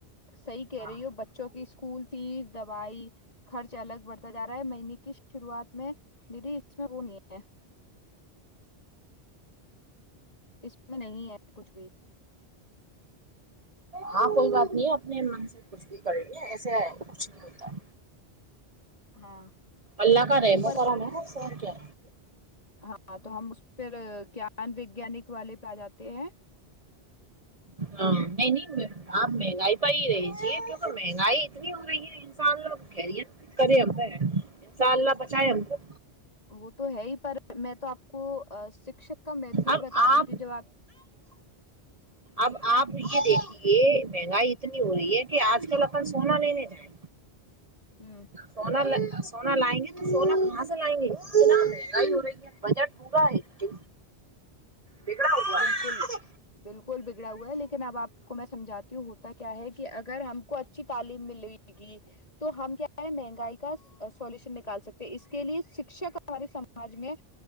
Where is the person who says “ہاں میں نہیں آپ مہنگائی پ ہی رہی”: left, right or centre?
Right